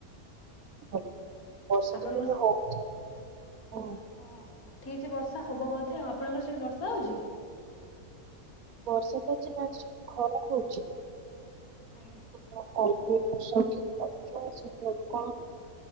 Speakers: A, on the right; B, on the left.
A: ହଉ ବର୍ଷା
B: ଆପଣଙ୍କ
A: ଟିକେବେ ହଉଛି ହୁଁ,
B: ହଁ ଉଠେଇଛି ବର୍ଷା ହବ ବୋଧେ ଆ ଆପଣଙ୍କର ସେଠି ବର୍ଷା ହଉଛି?
A: ବର୍ଷା ତ ଅଛି ପ୍ରାୟ୍ ଖରା ହଉଛି,
B: ଆଜ୍ଞା,
A: ମୁଁ କଲ୍ କରୁଥିଲି <unintelligible> ସୁବୁନି କଣ,